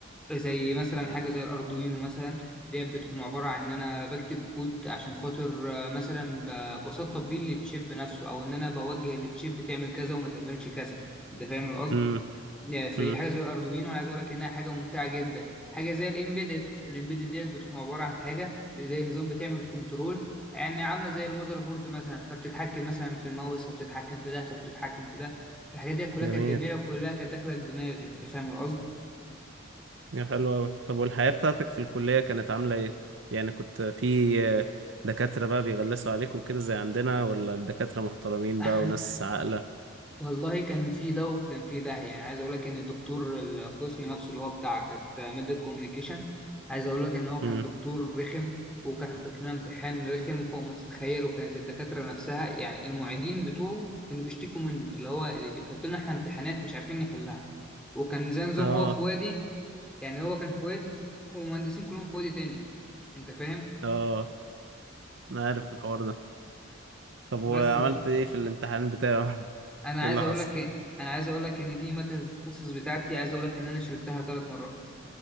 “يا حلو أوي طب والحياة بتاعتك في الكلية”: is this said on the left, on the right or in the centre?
Right